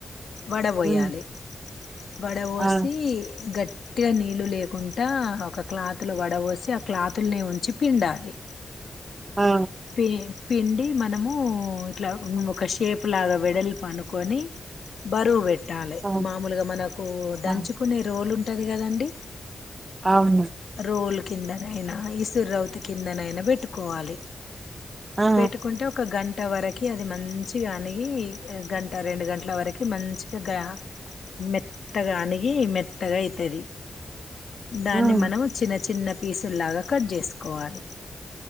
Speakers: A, on the left; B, on the right.
A: వడబయాలి
B: ఉమ్,
A: వడవోసి
B: ఆ
A: గట్టి గట్తిగా నీళ్ళు లేకుండా ఒక క్లాతులు వడవసి ఆ క్లాతులనే ఉంచి పిండాలి
B: ఆ
A: పి పిండి మనము ఇట్లా ఒక షేప్ లాగా వెడల్ప్ పనుకొని బరువు పెట్టాలి
B: ఆ
A: మామలుగా మనకు దంచుకునే
B: ఆ,
A: రోలుంటే ఉంటది కదండి
B: అవును
A: రోలు కిందనైనా ఇసుర రవుతి కిందనైనా పెట్టుకోవాలి
B: ఆ
A: పెట్టుకుంటే ఒక గంట గంట వరకి అది మంచిగా అనిగి గంట రెండు గంటల వరకు మంచిగా గ మెత్తగా అనిగి మెత్తగా అవుతుంది దాన్ని
B: ఆ.
A: మనం చిన్న చిన్న పీసుల్లాగా కట్ చేసుకోవాలి